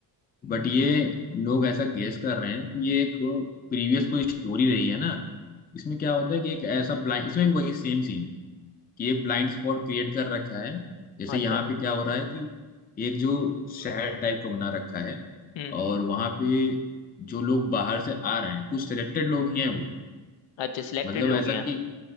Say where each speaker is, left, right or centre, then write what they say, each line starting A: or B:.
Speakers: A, on the left (about 20°); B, on the left (about 80°).
A: बट ये लोग ऐसा गेस कर रहे हैं कि ये एक प्रीवियस कोई स्टोरी रही है ना इसमें क्या होता है कि एक ऐसा ब्लाइंड इसमें भी वही सेम सीन है कि एक ब्लाइंड स्पॉट क्रिएट कर रखा है जैसे
B: अच्छा
A: यहाँ पे क्या हो रहा है कि एक जो शहर टाइप का बना रखा है
B: हम्म
A: और वहाँ पे जो लोग बाहर से आ रहे हैं कुछ सिलेक्टेड लोग ही हैं वो
B: अच्छा सिलेक्टेड
A: मतलब
B: लोग
A: ऐसा
B: यहाँ
A: कि